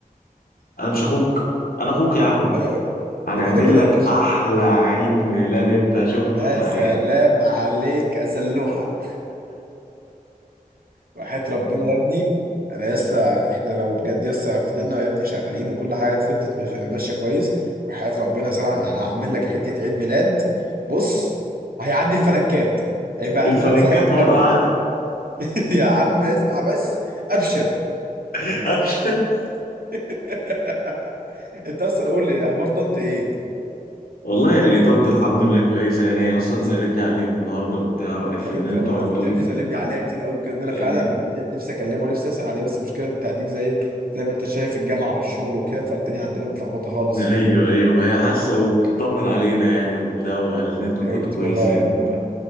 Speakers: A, on the left; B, on the right.
A: انا مش اخوك انا اخوك يا عم
B: ايوه
A: هنعمل
B: ده كده كده
A: لك
B: يا باشا
A: احلى عيد ميلاد انت شفته
B: يا
A: في حياتك
B: سلام عليك يا سلوحه وحياة ربنا يا ابني انا لسه احنا لو بجد لسه فضلنا يا ابني شغالين وكل حاجه اتفضت مش- ماشيه كويس وحياة ربنا صراحه
A: <laughs>
B: ان انا هعمل لك حته عيد ميلاد بص هيعدي الفلنكات هيبقى عيد
A: الفلنكات
B: ميلاد صلاح الدولي
A: مره واحده
B: <laughs> يا عم اسمع بس ابشر
A: <laughs>
B: <laughs> انت اصلا قول لي اخبار طنط ايه
A: والله يعني طنط الحمد لله كويسه يعني هي اصلا سالتني عليك النهارده وبتاع وقالت
B: حبيبتي
A: لي ان انتوا
B: والله
A: عملتوا
B: طنط
A: ايه
B: يا ابني
A: في-
B: سلم لي عليها كتير قوي بجد
A: يعني
B: انا فعلا نفسي اكلمه ونفسي اسال عليه بس المشكله انت هديك زي زي ما انت شايف الجامعه والشغل وكده فالدنيا عندنا متلخبطه خالص
A: ايوه ايوه هي حاسه وبتطمن علينا يعني وبتاع وقالت ان انتوا
B: حبيبتي
A: كنتوا كويسين
B: والله يا ابني